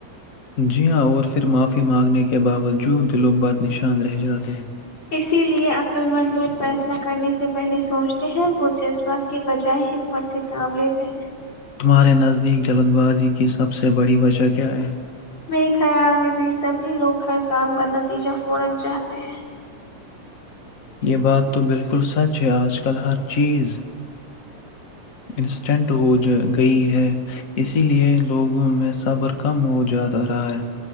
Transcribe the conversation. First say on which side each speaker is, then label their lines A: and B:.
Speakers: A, on the left; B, on the left.
A: ج ہاں اور پھر معافی مانگنے کے باوجود دلوں بر نشان رہ جاتے ہیں
B: اسی لیے عقل مند لوگ فیصلہ کرنے سے پہلے سوچتے ہیں وہ جذبات کے بجائے حکمت سے کام لیتے ہیں
A: تمہارے نزدیک جلد بازی کی سب سے بڑی وجہ کیا ہے
B: میں خیال بی بی سمری لوگ ہر کام کا نتیجہ فورا چاہتے ہیں
A: یہ بات تو بالکل سچ ہے آج کل ہر چیز انسٹنٹ ہو جا گئی ہے اسی لیے لوگوں میں صبر کم ہو جاتا رہا ہے